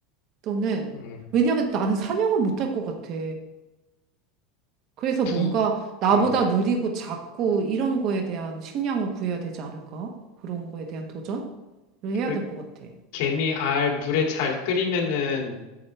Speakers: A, on the right (about 40°); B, on the left (about 55°).
A: 또는
B: 어.
A: 왜냐하면 나는 사냥은 못할 것 같아. 그래서
B: 부,
A: 뭔가 나보다
B: 어.
A: 느리고 작고 이런 거에 대한 식량을 구해야 되지 않을까? 그런 거에 대한 도전을 해야
B: 그래,
A: 될 것 같아.
B: 개미 알 물에 잘 끓이면은